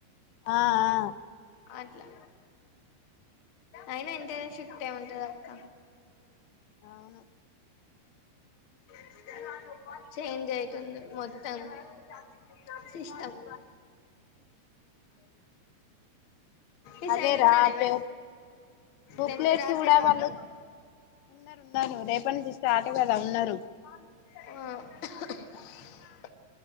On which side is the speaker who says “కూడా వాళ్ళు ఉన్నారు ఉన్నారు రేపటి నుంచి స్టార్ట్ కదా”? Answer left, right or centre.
Left